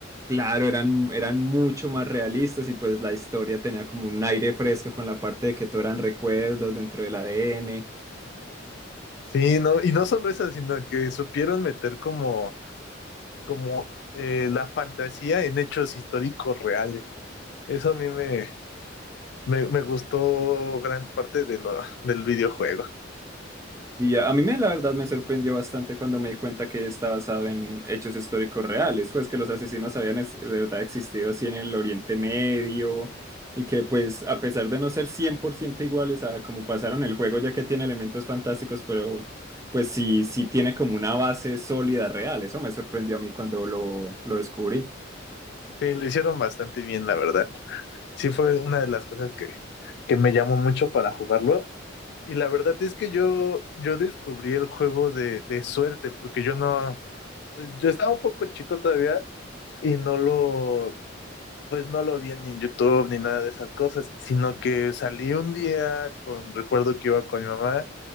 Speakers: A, on the right; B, on the left.
A: claro, eran, eran mucho más realistas y pues la historia tenía como un aire fresco con la parte de que todo eran recuerdos dentro del ADN.
B: Sí, no, y no solo eso, sino que supieron meter como como eh, la fantasía en hechos históricos reales. Eso a mí me, me, me gustó gran parte de lo, del videojuego.
A: Y ya, a mí me, la verdad me sorprendió bastante cuando me di cuenta que está basado en hechos históricos reales, pues que los asesinos habían es- de verdad existido así en el Oriente Medio y que pues a pesar de no ser 100% iguales a como pasaron el juego, ya que tiene elementos fantásticos, pero pues sí, sí tiene como una base sólida real, eso me sorprendió a mí cuando lo, lo descubrí.
B: Sí, lo hicieron bastante bien, la verdad. Sí fue una de las cosas que, que me llamó mucho para jugarlo. Y la verdad es que yo, yo descubrí el juego de, de suerte, porque yo no, pues yo estaba un poco chico todavía y no lo, pues no lo vi ni en YouTube ni nada de esas cosas, sino que salí un día con, recuerdo que iba con mi mamá